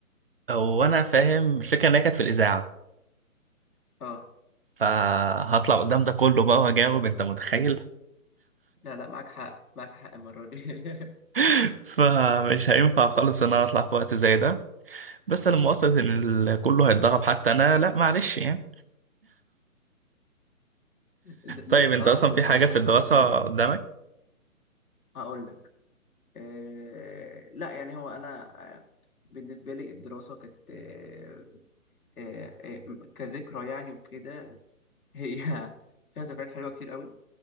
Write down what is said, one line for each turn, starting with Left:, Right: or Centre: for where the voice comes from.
Right: وانا فاهم الفكره انها كانت في الاذاعه
Left: اه
Right: فهطلع قدام ده كله بقى وهجاوب انت متخيل
Left: لا لا معاك حق معاك حق المره دي <laughs>
Right: <laughs> فمش هينفع خالص ان انا اطلع في وقت زي ده بس لما وصلت ان ال- كله هيتضرب حتى انا لا معلش يعني
Left: انت تلاقيك
Right: طيب
Left: طلعت
Right: انت اصلا
Left: مش
Right: في حاجة
Left: علشان
Right: في الدراسة
Left: صاحبك هيط-
Right: قدامك؟
Left: هقول لك آه لا يعني هو انا آه، بالنسبه لي الدراسه كانت آه، آه، آه، كذكرى يعني وكده هي <laughs> فيها ذكريات حلوه كتير قوي